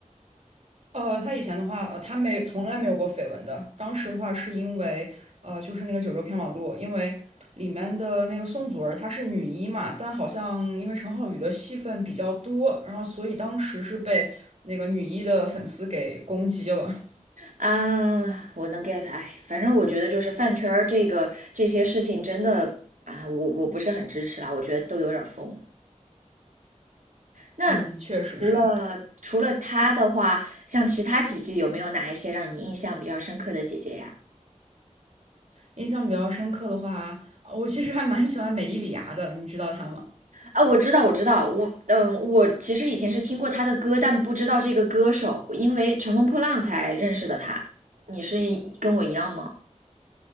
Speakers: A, on the right; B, on the right.
A: 呃，他以前的话，呃，他没从来没有过绯闻的。当时的话，是因为呃，就是那个《九州缥缈录》，因为里面的那个宋祖儿她是女一嘛，但好像因为陈浩宇的戏份比较多，然后所以当时是被那个女一的粉丝给攻击了。
B: 啊，我能 get，哎，反正我觉得就是饭圈儿这个这些事情真的啊，我我不是很支持啦，我觉得都有点儿疯。那
A: 嗯，确实是。
B: 除了除了她的话，像其他几季有没有哪一些让你印象比较深刻的姐姐呀？
A: 印象比较深刻的话，我其实还蛮喜欢美依礼芽的，你知道她吗？
B: 啊，我知道，我知道，我嗯，我其实以前是听过她的歌，但不知道这个歌手，因为《乘风破浪》才认识的她。你是跟我一样吗？